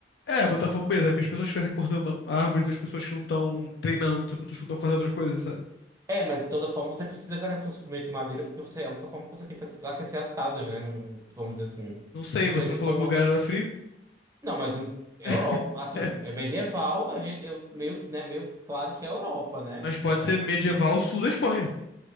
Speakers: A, on the left (about 65°); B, on the right (about 20°).
A: é, Botafogo beleza, é porque as pessoas que estivessem cortando a árvore são as pessoas que não estão
B: Uhum.
A: treinando, são as pessoas que não estão fazendo outras coisas, sabe?
B: É, mas de toda forma você precisa garantir um suprimento de madeira, porque você, é a única forma que você tem para aquecer as casas, né? Não- vamos dizer assim.
A: Não sei,
B: Principalmente
A: você não
B: se
A: falou
B: for
A: que
B: uma.
A: o lugar era frio,
B: Não, mas é
A: <laughs>
B: Europa. Assim, é medieval, a gente, eu, meio, né, meio claro que é Europa, né?
A: mas pode
B: Então,
A: ser medieval
B: de-
A: sul da Espanha.